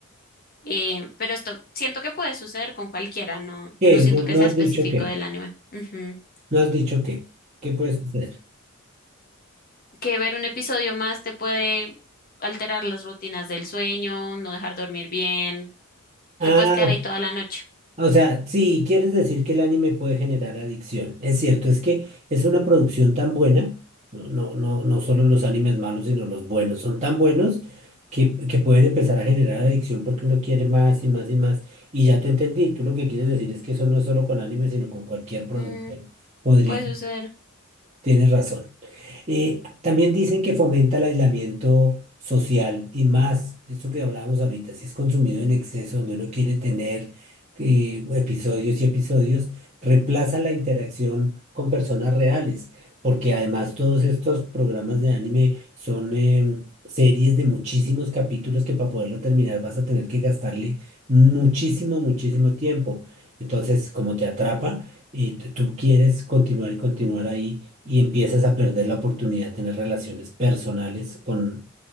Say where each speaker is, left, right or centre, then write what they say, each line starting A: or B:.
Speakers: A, on the left; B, on the right.
A: Eh, pero esto siento que puede suceder con cualquiera, no,
B: ¿Qué?
A: no siento
B: No,
A: que
B: no
A: sea
B: has
A: específico
B: dicho qué.
A: del anime. Ujú.
B: No has dicho qué. ¿Qué puede suceder?
A: Que ver un episodio más te puede alterar las rutinas del sueño, no dejar dormir bien,
B: Ah,
A: te puedes quedar ahí toda la noche.
B: O sea, sí, quieres decir que el anime puede generar adicción. Es cierto, es que es una producción tan buena, no, no, no, no solo los animes malos, sino los buenos, son tan buenos que, que pueden empezar a generar adicción porque uno quiere más y más y más. Y ya te entendí, tú lo que quieres decir es que eso no es solo con anime, sino con cualquier producción.
A: Mm,
B: Podría,
A: puede suceder.
B: tienes razón. Eh, también dicen que fomenta el aislamiento social y más, eso que hablábamos ahorita, si es consumido en exceso, donde uno quiere tener eh, episodios y episodios, reemplaza la interacción con personas reales, porque además todos estos programas de anime son em, series de muchísimos capítulos que para poderlo terminar vas a tener que gastarle muchísimo, muchísimo tiempo. Entonces, como te atrapa y t- tú quieres continuar y continuar ahí y empiezas a perder la oportunidad de tener relaciones personales con